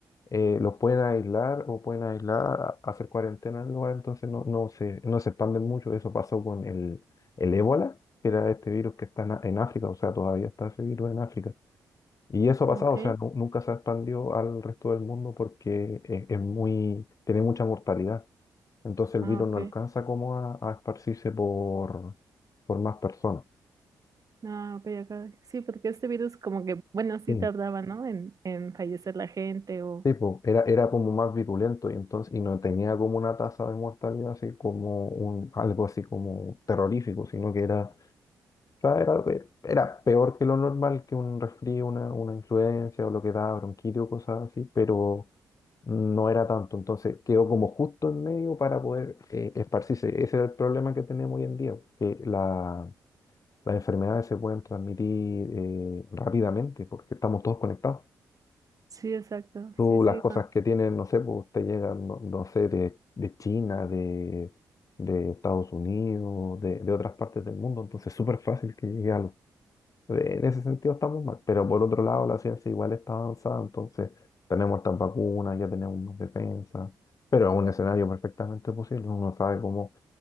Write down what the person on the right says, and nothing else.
Ok,
ah,
ok,
ah, ok, acá. Sí, porque este virus como que, bueno, sí
tardaba, ¿no? En, en fallecer la gente o...
Sí, exacto,
sí, sí,